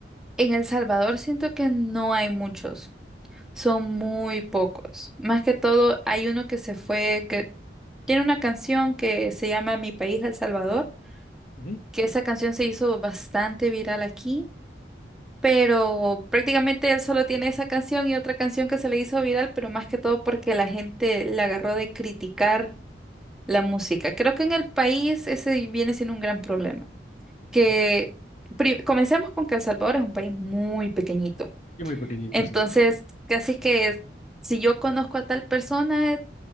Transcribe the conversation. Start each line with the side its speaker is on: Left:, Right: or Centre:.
Centre: En El Salvador siento que no hay muchos. Son muy pocos. Más que todo, hay uno que se fue, que tiene una canción que se llama Mi país, El Salvador,
Left: Ujú.
Centre: que esa canción se hizo bastante viral aquí pero prácticamente él solo tiene esa canción y otra canción que se le hizo viral, pero más que todo porque la gente le agarró de criticar la música. Creo que en el país ese viene siendo un gran problema. Que
Left: Ok.
Centre: pri- comencemos con que El Salvador es un país muy pequeñito.
Left: Y muy pequeñito,
Centre: Entonces,
Left: sí.
Centre: casi que si yo conozco a tal persona, eh,